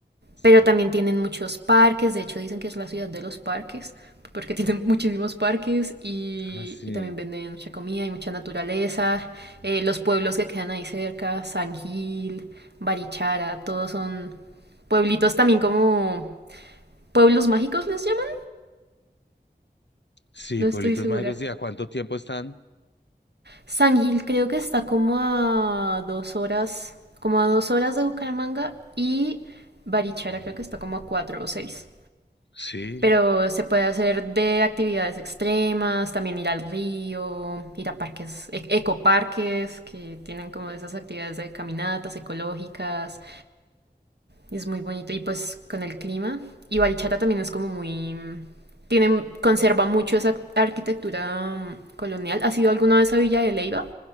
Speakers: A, on the left; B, on the right.
A: Sí.
B: pero también tienen muchos parques, de hecho dicen que es la ciudad de los parques, porque <laughs> tienen muchísimos parques y,
A: Ah, sí.
B: y también venden mucha comida y mucha naturaleza. Eh, los pueblos que quedan ahí cerca, San Gil, Barichara, todos son pueblitos también como pueblos mágicos les llaman,
A: Sí,
B: no
A: pueblitos
B: estoy segura.
A: mágicos. ¿Y a cuánto tiempo están?
B: San Gil creo que está como a dos horas, como a dos horas de Bucaramanga y Barichara creo que está como a cuatro o seis.
A: Sí,
B: Pero se puede hacer de actividades extremas, también ir al río, ir a parques, e- ecoparques, que tienen como esas actividades de caminatas ecológicas. y Es muy bonito. Y pues con el clima. Y Barichara también es como muy... Tiene, conserva mucho esa arquitectura mm, colonial. ¿Has ido alguna vez a Villa de Leyva?